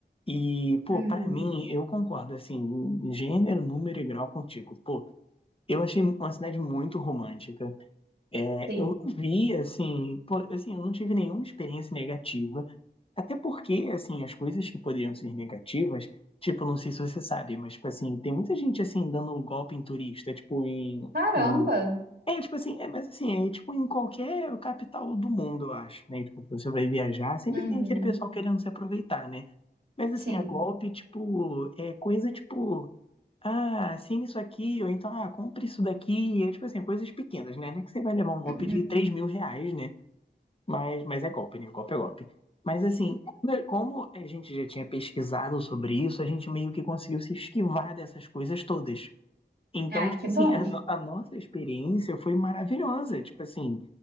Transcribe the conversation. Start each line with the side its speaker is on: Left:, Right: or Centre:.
Left: E, pô,
Right: Uhum.
Left: pra mim, eu concordo, assim, em gênero, número e grau contigo. Pô, eu achei uma cidade muito romântica. É,
Right: Sim.
Left: eu não vi, assim, pô, assim, eu não tive nenhuma experiência negativa. Até porque, assim, as coisas que poderiam ser negativas, tipo, não sei se você sabe, mas, tipo, assim, tem muita gente, assim, dando golpe em turista, tipo, em...
Right: Caramba!
Left: em- É, tipo assim, é, mas assim, é tipo em qualquer capital do mundo, eu acho, né? Tipo, você vai viajar, sempre
Right: Uhum.
Left: tem aquele pessoal querendo se aproveitar, né? Mas
Right: Sim.
Left: assim, a golpe, tipo, é coisa tipo, ah, assine isso aqui, ou então, ah, compre isso daqui. É tipo assim, coisas pequenas, né? Não é que você vai levar um golpe
Right: Uhum.
Left: de 3 mil reais, né? Mas, mas é golpe, né? Golpe é golpe. Mas assim, como- é, como a gente já tinha pesquisado sobre isso, a gente meio que conseguiu se esquivar dessas coisas todas. Então,
Right: Ah,
Left: tipo
Right: que
Left: assim,
Right: bom.
Left: a, no- a nossa experiência foi maravilhosa. Tipo assim,